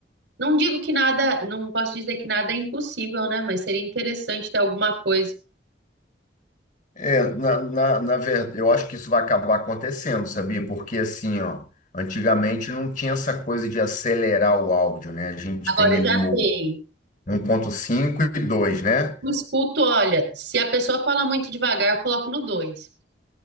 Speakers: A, on the right; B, on the left.
A: Não digo que nada, não posso dizer que nada é impossível, né? Mas seria interessante ter alguma coisa.
B: É, na, na, na verdade, eu acho que isso vai acabar acontecendo, sabia? Porque assim, ó, antigamente não tinha essa coisa de acelerar o áudio, né? A gente
A: Agora
B: tem
A: eu
B: ali
A: já
B: o
A: tem.
B: 1.5 e 2, né?
A: Eu escuto, olha, se a pessoa fala muito devagar, eu coloco no 2